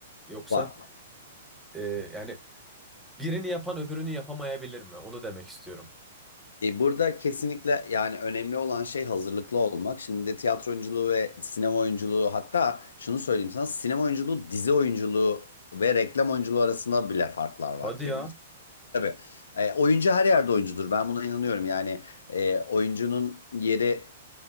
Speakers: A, in the centre; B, on the left.
A: Yoksa
B: var.
A: e, yani birini yapan öbürünü yapamayabilir mi? Onu demek istiyorum.
B: E, burada kesinlikle yani önemli olan şey hazırlıklı olmak. Şimdi tiyatro oyunculuğu ve sinema oyunculuğu hatta şunu söyleyeyim sana sinema oyunculuğu, dizi oyunculuğu ve reklam oyunculuğu arasında bile farklar var
A: Hadi
B: kendi
A: ya.
B: için. Tabii e, oyuncu her yerde oyuncudur. Ben buna inanıyorum. Yani e, oyuncunun yeri